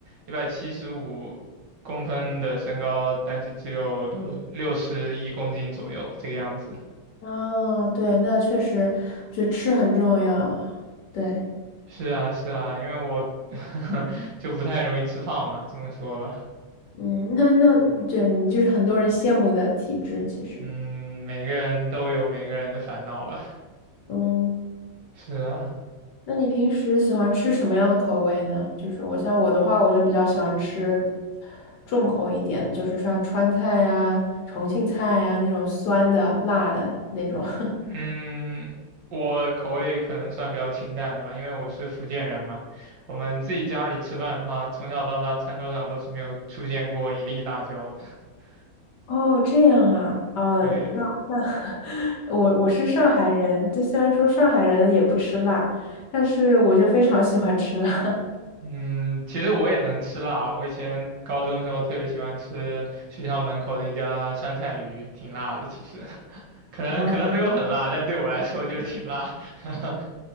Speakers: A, on the right; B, on the left.
A: 一百七十五公分的身高，但是只有六六十一公斤左右这个样子。
B: 哦，对，那确实，我觉得吃很重要。对，
A: 是啊，是啊，因为我 <laughs> 就不太容易吃胖嘛，这么说吧。
B: 嗯，那那对你就是很多人羡慕的体质，其实，
A: 嗯，每个人都有每个人的烦恼吧。
B: 嗯。
A: 是啊，
B: 那你平时喜欢吃什么样的口味呢？就是我像我的话，我就比较喜欢吃重口一点的就是像川菜啊、重庆菜啊那种酸的、辣的那种。<laughs>
A: 嗯，我口味可能算比较清淡的吧，因为我是福建人嘛。我们自己家里吃饭的话，从小到大餐桌上都是没有出现过一粒辣椒的。<laughs>
B: 哦，这样啊，哦，
A: 对，
B: 那那 <laughs> 我我是上海人，就虽然说上海人也不吃辣，但是我就非常喜欢吃辣。
A: 嗯，其实我也能吃辣，我以前高中的时候特别喜欢吃学校门口的一家酸菜鱼，挺辣的。其实 <laughs> 可能可能没有很辣，
B: <laughs> 啊，
A: 但对我来说就是挺辣的。